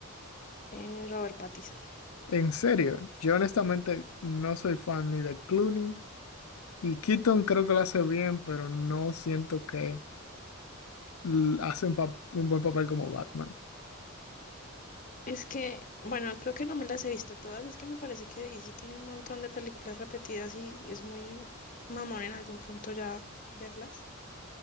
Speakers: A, on the left; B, on the left.
A: eh, Robert Pattinson.
B: En serio, yo honestamente no soy fan ni de Clooney. Y Keaton creo que lo hace bien, pero no siento que l- hace un, pa- un buen papel como Batman.
A: Es que, bueno, creo que no me las he visto todas, es que me parece que DC tiene un montón de películas repetidas y es muy mamón en algún punto ya verlas.